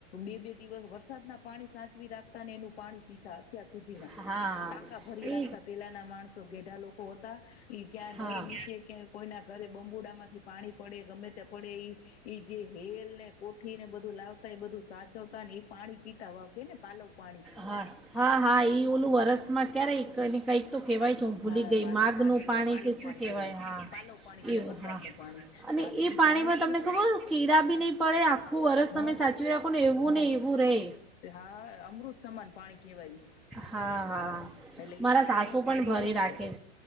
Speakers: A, on the left; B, in the centre.
A: બે બે દિવસ વરસાદ ના પાણી સાચવી રાખતા ને એનું પાણી પીતા. અત્યાર સુધીના
B: હા
A: ટાંકા ભરી
B: એ
A: રાખતા પેલાના માણસો ઘેઢા લોકો હતા ઈ ક્યાં
B: હા
A: નળ નીચે ક્યાંય કોઈના ઘરે બબુડામાંથી પાણી પડે ગમે પડે એ જે હેલ ને કોઠી ને બધું લાવતા એ બધું સાચવતા ને એ પાણી પીતા વાવ કે ને પાલવ પાણી.
B: હા હા હા એ ઓલું વરસમાં ક્યારેય કંઈક તો કેવાય છે હું ભૂલી
A: હા
B: ગઈ
A: પાલવ
B: માગ નું
A: કેવાય
B: પાણી
A: પાલવ
B: કે શું કેહેવાય.
A: કેવાય
B: હા,
A: પાલવ પાણી કેવાય
B: એવુ
A: વરસાદનું
B: હા
A: પાણી
B: અને
A: હા તો
B: એ
A: ઈ
B: પાણીમાં
A: પાણી
B: તમને
A: કે
B: ખબર કીડા બી નહી પડે આખું વરસ
A: હા
B: તમે સાચવી રાખો ને એવું
A: હા
B: ને એવું રહે.
A: હા અમૃત સમાન પાણી. કેવાય.
B: હા હા
A: એટલે ઈ
B: મારા
A: પાણી
B: સાસુ
A: નો
B: પણ
A: ફાયદો
B: ભરી
A: બવ
B: રાખે
A: છે